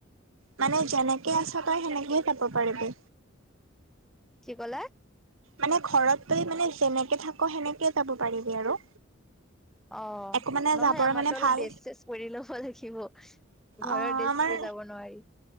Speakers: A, on the right (about 85°); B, in the centre.
A: মানে যেনেকে আছ তই সেনেকেই যাব পাৰিবি।
B: কি কলা?
A: মানে ঘৰত তুমি মানে যেনেকে থাক সেনেকে যাব পাৰিবি আৰু।
B: অ
A: একো মানে
B: নহয়
A: যাবৰ
B: আমাৰতো
A: কাৰণে ভাল
B: অলপ ডেছ চেচ কৰি ল'ব লাগিব। ঘৰৰ
A: অ
B: ডেছ
A: আমাৰ
B: কৰি যাব নোৱাৰি।